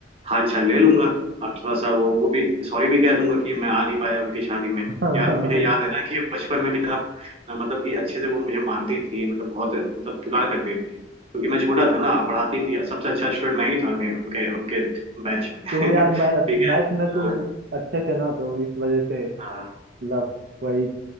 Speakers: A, on the right; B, on the right.
A: हाल चाल ले लूंगा और थोड़ा सा वो वो भी सॉरी भी कह दूंगा कि मैं आ नहीं पाया उनकी शादी में
B: <laughs> हाँ
A: यार
B: हाँ।
A: मुझे याद है ना कि बचपन में कितना अ, मतलब कि अच्छे से वो मुझे मानती थी मतलब बहुत मतलब दुलार करती थी क्योंकि मैं छोटा था ना पढ़ाती थी सबसे अच्छा स्टूडेंट मैं ही था उनके उनके उनके बैच में <laughs>
B: तुम यार
A: ठीक
B: मै,
A: है
B: मैथ में तुम
A: अ,
B: अच्छे थे ना तो इस वजह से
A: अ,
B: मतलब वही